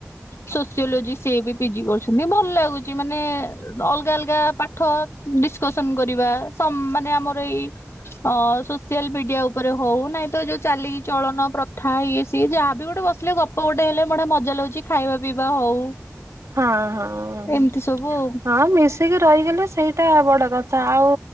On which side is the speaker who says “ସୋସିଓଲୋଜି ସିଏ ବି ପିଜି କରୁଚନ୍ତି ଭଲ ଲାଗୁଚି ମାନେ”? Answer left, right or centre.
Left